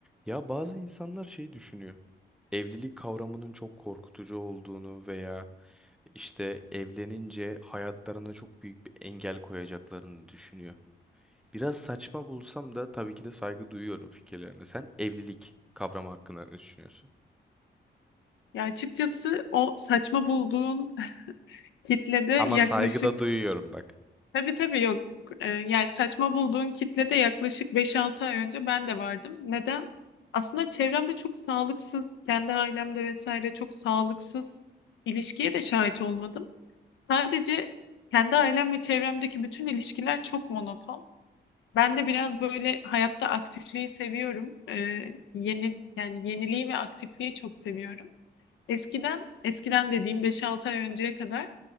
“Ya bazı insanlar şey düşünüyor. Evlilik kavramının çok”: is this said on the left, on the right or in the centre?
Centre